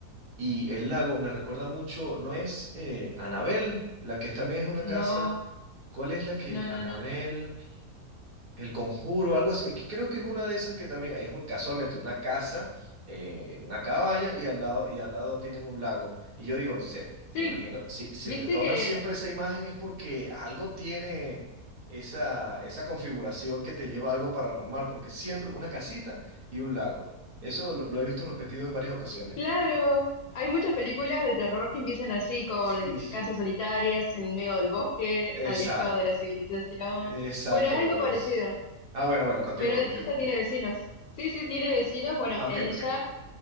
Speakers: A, on the right (about 65°); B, on the left (about 85°).
A: y el lago me recuerda mucho, ¿no es eh, Anabel, la que también es una
B: no,
A: casa? ¿Cuál es la que
B: no, no,
A: Anabel?
B: no, no.
A: El Conjuro, algo así. eh, que Creo que es una de esas que también es un- casualmente una casa, eh, una cabaña y al lado, y al lado tienen un lago. Y yo digo, se-
B: Sí,
A: me imagino, si, si
B: Viste
A: retoman
B: que,
A: siempre esa imagen es porque algo tiene esa, esa configuración que te lleva a algo paranormal, porque siempre una casita y un lago. Eso lo, lo he visto repetido en varias ocasiones.
B: claro, hay muchas películas de terror que empiezan así, con
A: Sí, sí.
B: casas solitarias en medio del bosque,
A: Exacto,
B: alejado de la civilización.
A: exacto,
B: Bueno, es algo
A: por
B: parecido,
A: eso. Ah, bueno, bueno, continúa,
B: pero ella
A: continúa.
B: tiene vecinos. Sí, sí, tiene vecinos, bueno,
A: Ah,
B: ella,
A: ok, ok.